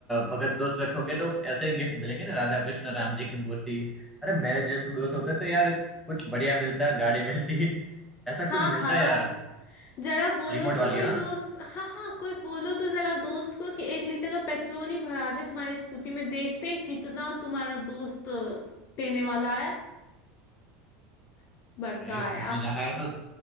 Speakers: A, in the centre; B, on the left.
A: भगत दोस्त रखोगे तो ऐसे ही गिफ्ट मिलेंगे ना राधा कृष्ण राम जी की मूर्ति अरे मेरे जैसे दोस्त होते तो यार कुछ बढ़िया मिलता गाड़ी मिलती ऐसा
B: हाँ
A: कुछ मिलता
B: हाँ
A: यार
B: जरा बोलो
A: रिमोट
B: तो
A: वाली
B: कोई
A: हाँ
B: दोस्त हाँ हाँ कोई बोलो तो जरा दोस्त को कि एक लीटर का पेट्रोल ही भरा दे तुम्हारी स्कूटी में देखते हैं कितना तुम्हारा दोस्त देने वाला है बड़का
A: अरे
B: आया
A: घूमने जाना है तो